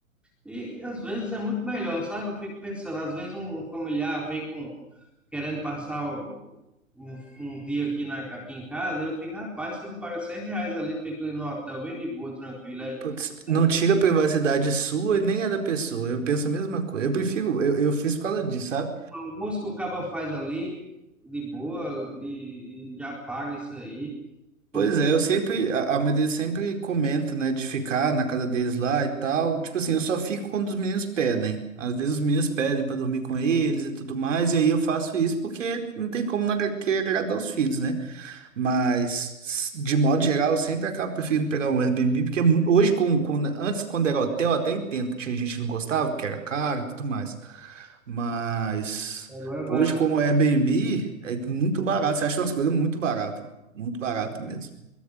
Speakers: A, in the centre; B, on the right.
A: E às vezes é muito melhor, sabe? Eu fico pensando, às vezes um um familiar vem com querendo passar o- um, um dia aqui, na, aqui em casa, eu fico, rapaz, você não paga 100 reais ali, fica no hotel, bem de boa, tranquilo. Aí,
B: Putz, não
A: aí
B: tira a privacidade sua e nem a da pessoa. Eu penso a mesma coisa. Eu prefiro, eu, eu fiz por causa disso, sabe?
A: o almoço que o cabo faz ali, de boa, e, e já paga isso aí.
B: Pois
A: Como
B: é, eu sempre, a, a mãe deles sempre comenta, né, de ficar na casa deles lá e tal. Tipo assim, eu só fico quando os meninos pedem. Às vezes os meninos pedem pra dormir com eles e tudo mais, e aí eu faço isso porque não tem como não agra- querer agradar os filhos, né? Mas, de modo geral, eu sempre acabo preferindo pegar um Airbnb, porque é mu- hoje, com, com- antes, quando era hotel, eu até entendo que tinha gente que não gostava, porque era caro e tudo mais. Mas,
A: agora é barato,
B: hoje, com o Airbnb, é muito barato. Você acha umas coisas muito barato, muito barato mesmo.